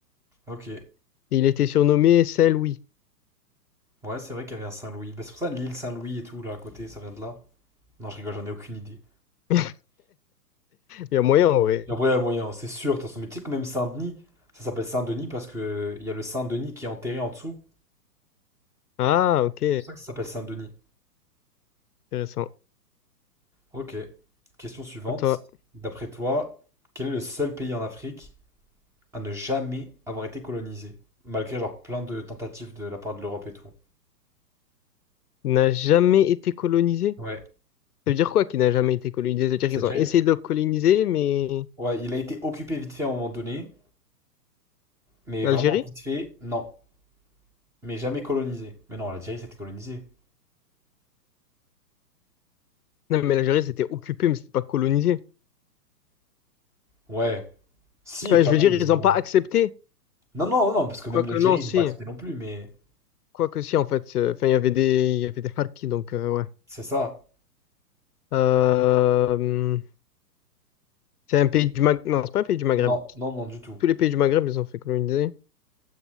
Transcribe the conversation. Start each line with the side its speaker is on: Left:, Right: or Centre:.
Centre: Ok.
Left: Et il était surnommé Saint-Louis.
Centre: Ouais, c'est vrai qu'il y avait un Saint-Louis. Bah, c'est pour ça l'île Saint-Louis et tout, là, à côté, ça vient de là. Non, je rigole, j'en ai aucune idée.
Left: <laughs> Il y a moyen, en vrai.
Centre: Et après, il y a moyen, c'est sûr. De toute façon, mais tu sais que même Saint-Denis, ça s'appelle Saint-Denis parce que euh, il y a le Saint-Denis qui est enterré en dessous.
Left: Ah, ok.
Centre: C'est pour ça que ça s'appelle Saint-Denis.
Left: Intéressant.
Centre: Ok. Question suivante.
Left: À Toi,
Centre: D'après toi, quel est le seul pays en Afrique à ne jamais avoir été colonisé? Malgré, genre, plein de tentatives de la part de l'Europe et tout.
Left: n'a jamais été colonisé?
Centre: Ouais.
Left: Ça veut dire quoi qui n'a jamais été colonisé? Ça veut dire
Centre: C'est
Left: qu'ils
Centre: déjà...
Left: ont essayé de le coloniser, mais
Centre: Ouais, il a été occupé vite fait à un moment donné, mais
Left: l'Algérie?
Centre: vraiment vite fait, non. Mais jamais colonisé. Mais non, l'Algérie, c'était colonisé.
Left: Non, mais l'Algérie, c'était occupé, mais c'était pas colonisé.
Centre: Ouais. Si,
Left: Enfin,
Centre: quand
Left: je veux
Centre: même,
Left: dire,
Centre: ils
Left: ils n'ont
Centre: ont...
Left: pas accepté.
Centre: Non, non, non, parce que
Left: Quoique
Centre: même l'Algérie,
Left: non,
Centre: ils
Left: si.
Centre: ont pas accepté non plus, mais...
Left: Quoique si, en fait. Euh, Enfin, il y avait des, il y avait des Harkis, donc euh, ouais.
Centre: C'est ça.
Left: Euh, c'est un pays du Maghreb. Non, c'est pas un pays du Maghreb.
Centre: Non, non, non, du tout.
Left: Tous les pays du Maghreb, ils ont fait coloniser.